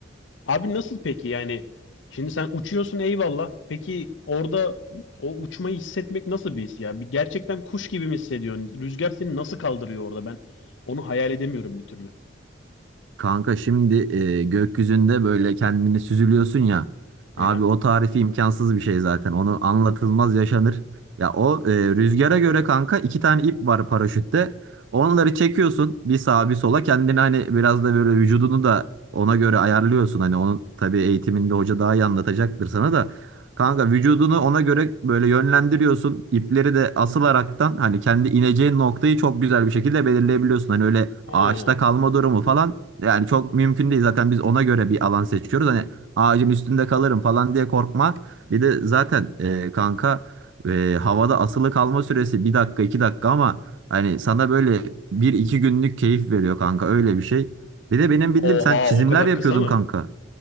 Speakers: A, on the left; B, on the right.
A: Abi nasıl peki yani? Şimdi sen uçuyorsun eyvallah. Peki orada o uçmayı hissetmek nasıl bir his ya? Bir gerçekten kuş gibi mi hissediyorsun? Rüzgar seni nasıl kaldırıyor orada? Ben onu hayal edemiyorum bir türlü.
B: Kanka şimdi e, gökyüzünde böyle kendini süzülüyorsun ya. Abi
A: Aha.
B: o tarifi imkansız bir şey zaten. Onu anlatılmaz yaşanır. Ya o e, rüzgara göre kanka iki tane ip var paraşütte. Onları çekiyorsun bir sağa bir sola. Kendini hani biraz da böyle vücudunu da ona göre ayarlıyorsun. Hani onun tabii eğitiminde hoca daha iyi anlatacaktır sana da. Kanka vücudunu ona göre böyle yönlendiriyorsun. İpleri de asılaraktan hani kendi ineceğin noktayı çok güzel bir şekilde belirleyebiliyorsun. Hani öyle
A: Ha.
B: ağaçta kalma durumu falan yani çok mümkün değil. Zaten biz ona göre bir alan seçiyoruz. Hani ağacın üstünde kalırım falan diye korkma. Bir de zaten e, kanka e, havada asılı kalma süresi bir dakika iki dakika ama hani sana böyle bir iki günlük keyif veriyor kanka öyle bir şey. Bir de benim
A: Oha
B: bildiğim sen çizimler
A: o kadar
B: yapıyordun
A: kısa mı?
B: kanka.